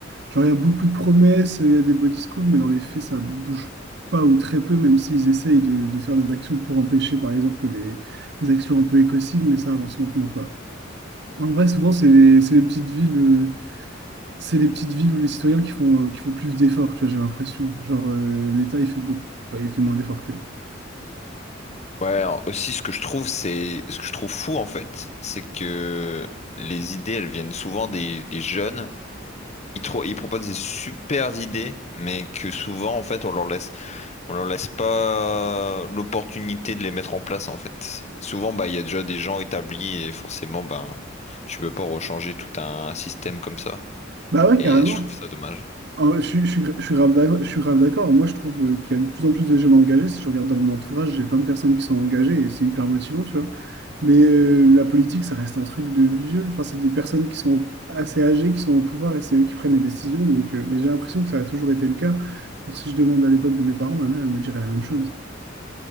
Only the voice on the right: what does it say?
Genre, il y a beaucoup de promesses, il y a des beaux discours, mais dans les faits, ça bouge pas ou très peu, même s'ils essayent de, de faire des actions pour empêcher, par exemple, les, les actions un peu écocides, mais ça avance lentement, en vrai, souvent, c'est les, c'est les petites villes, euh, c'est les petites villes où les citoyens qui font, euh, qui font plus d'efforts, tu vois, j'ai l'impression. Genre, euh, l'État, il fait beaucoup. Enfin, il fait moins d'efforts qu'eux.
Bah ouais,
carrément.
En vrai, je, suis- je, suis gra- je suis grave d'accord. Je suis grave d'accord. Moi, je trouve euh, qu'il y a de plus en plus de jeunes engagés. Si je regarde dans mon entourage, j'ai plein de personnes qui sont engagées et c'est hyper motivant, tu vois. Mais euh, la politique, ça reste un truc de vieux. Enfin, c'est des personnes qui sont assez âgées, qui sont au pouvoir et c'est eux qui prennent les décisions. Donc, euh, mais j'ai l'impression que ça a toujours été le cas. Genre, si je demande à l'époque de mes parents, ma mère, elle me dirait la même chose.